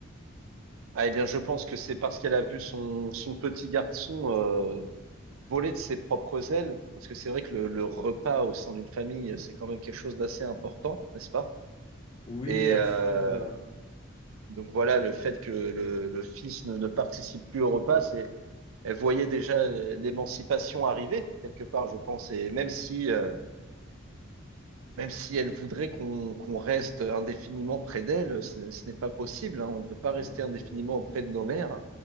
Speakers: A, on the right; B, on the left.
A: Ah, eh bien, je pense que c'est parce qu'elle a vu son, son petit garçon euh, voler de ses propres ailes, parce que c'est vrai que le, le repas au sein d'une famille, c'est quand même quelque chose d'assez important, n'est-ce pas?
B: Oui,
A: Et,
B: assez.
A: euh,
B: euh,
A: Donc voilà, le fait que le, le fils ne, ne participe plus au repas, c'est, elle voyait déjà l'émancipation arriver, quelque part, je pense. Et même si, euh, même si elle voudrait qu'on qu'on reste indéfiniment près d'elle, ce, ce n'est pas possible. hein. On ne peut pas rester
B: euh,
A: indéfiniment auprès de nos mères.